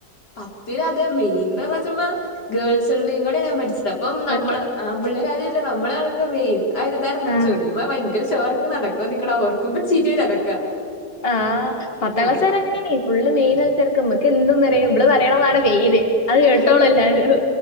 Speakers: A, on the left; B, on the left.
A: പത്തില് അതെ മെയിൻ <unintelligible> ഗേൾസ് ഒൺളി കൂടെ ഞാൻ പഠിച്ചത് അപ്പം നമ്മള്
B: വെറുക്ക
A: ആൺപിള്ളേര് ആരുല്ല നമ്മള് ആണല്ലോ മെയിൻ അയൊരു ഇതാർന്നു
B: ആ
A: ചുമ്മ ഭയങ്കര ഷോ എറക്കി നടക്കും നിക്കണ ഓർക്കുമ്പോ ചിരി വര അതെക്കെ
B: ആ പത്താം ക്ലാസ് വരെ അങ്ങനെന്നെ ഫുള്ള് മെയിനായിറ്റ് നടക്ക മ്മക്ക് എന്തും പറയാ നമ്മള് പറയണതാണ് മെയ്ന് അത് കേട്ടോളു
A: ഏഹ്
B: എല്ലാരും